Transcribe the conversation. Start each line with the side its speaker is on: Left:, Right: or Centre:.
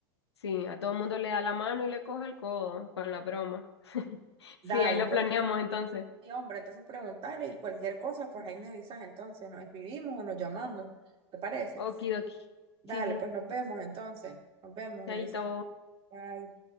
Left: sí, a todo mundo le da la mano y le coge el codo con la broma. <laughs>
Right: dale,
Left: Sí, ahí lo
Right: pues.
Left: planeamos entonces.
Right: Sí, hombre, entonces preguntarle y cualquier cosa, pues ahí me avisas entonces, nos escribimos o nos llamamos, ¿te parece?
Left: Okidoki.
Right: Dale,
Left: Sí, sí,
Right: pues nos vemos entonces, nos vemos,
Left: chaito.
Right: me avisas. Bye.